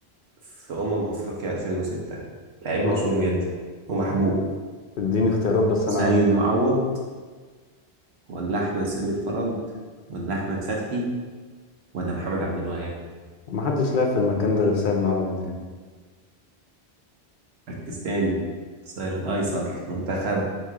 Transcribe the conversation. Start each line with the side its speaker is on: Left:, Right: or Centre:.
Right: في أمم أفريقيا 2006 لعيب مشهور
Left: اه
Right: جدا ومحبوب
Left: اديني اختيارات بس
Right: سيد
Left: انا عارف
Right: معوض ولا أحمد سمير فرج ولا أحمد فتحي ولا محمد عبد الوهاب
Left: ما حدش لاقي في المكان ده غير سيد معوض يعني
Right: ركز تاني الظهير الأيسر منتخب